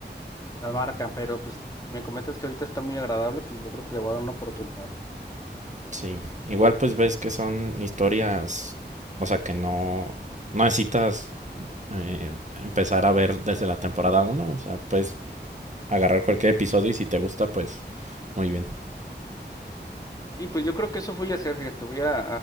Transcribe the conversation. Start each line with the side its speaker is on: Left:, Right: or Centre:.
Left: la marca, pero pues me comentas que ahorita está muy agradable, pues yo creo que le voy a dar una oportunidad.
Right: Sí, igual pues ves que son historias, o sea, que no, no necesitas eh, empezar a ver desde la temporada uno O sea, pues agarrar cualquier episodio y si te gusta, pues muy bien.
Left: Sí, pues yo creo que eso voy a hacer, fíjate, voy a,